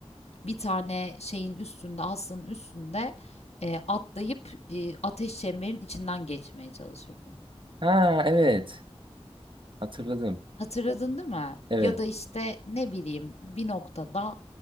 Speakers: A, on the left; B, on the right.
A: Bir tane şeyin üstünde aslanın üstünde e, atlayıp e, ateş çemberin içinden geçmeye çalışırdın.
B: Ha evet. Hatırladım.
A: Hatırladın değil mi?
B: Evet.
A: Ya da işte ne bileyim bir noktada